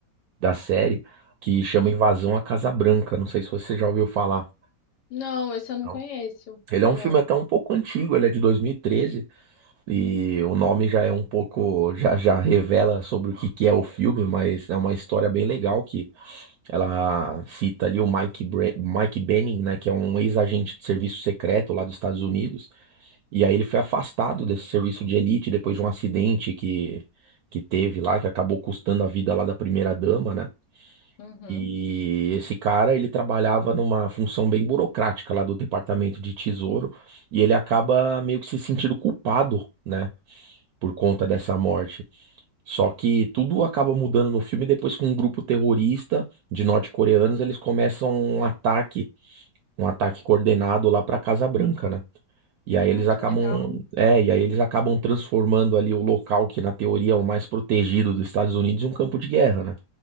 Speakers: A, on the right (about 70°); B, on the left (about 80°).
A: da série, que chama
B: Hum.
A: Invasão à Casa Branca. Não sei se você já ouviu falar.
B: Não, esse eu não
A: Não.
B: conheço.
A: Ele é
B: Não.
A: um filme até um pouco antigo, ele é de 2013. E o nome já é um pouco, já, já revela sobre o que que é o filme, mas é uma história bem legal que ela cita ali o Mike, Bre- Mike Benning, né, que é um ex-agente de serviço secreto lá dos Estados Unidos, e aí ele foi afastado desse serviço de elite depois de um acidente que, que teve lá, que acabou custando a vida lá da primeira-dama, né?
B: Uhum.
A: E esse cara, ele trabalhava numa função bem burocrática lá do Departamento de Tesouro, e ele acaba meio que se sentindo culpado. né? por conta dessa morte. Só que tudo acaba mudando no filme depois que um grupo terrorista de norte-coreanos eles começam um ataque, um ataque coordenado lá para Casa Branca, né? E aí eles
B: Ah,
A: acabam,
B: que legal.
A: é, e aí eles acabam transformando ali o local que na teoria é o mais protegido dos Estados Unidos em um campo de guerra, né?